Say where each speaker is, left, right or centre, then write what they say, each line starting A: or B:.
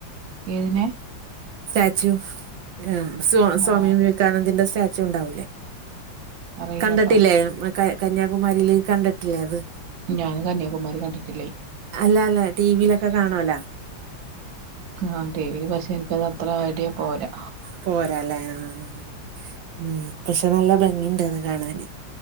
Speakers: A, on the right; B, on the right.
A: ഏതിനേ?
B: സ്റ്റാച്യു ആ സ്വാ
A: ആഹ്
B: സ്വാമിവിവേക് കാനന്ദന്റെ സ്റ്റാച്യു ഉണ്ടാവൂലേ
A: അറിയില്ലട്ടോ
B: കണ്ടിട്ടില്ലേ കൈ കന്യാകുമാരിയില് കണ്ടിട്ടില്ലേ അത്?
A: ഞാൻ കന്യാകുമാരി കണ്ടിട്ടില്ലേ.
B: അല്ലാന്ന് ടി വിയിലൊക്കെ കാണാല്ല.
A: ആഹ് ടി വിൽ പക്ഷെ എനക്ക്ത് അത്ര ഐഡിയ പോരാ.
B: പോരാലേ ആഹ് മ്ഹ് പക്ഷെ നല്ല ഭംഗിണ്ടത് കാണാന്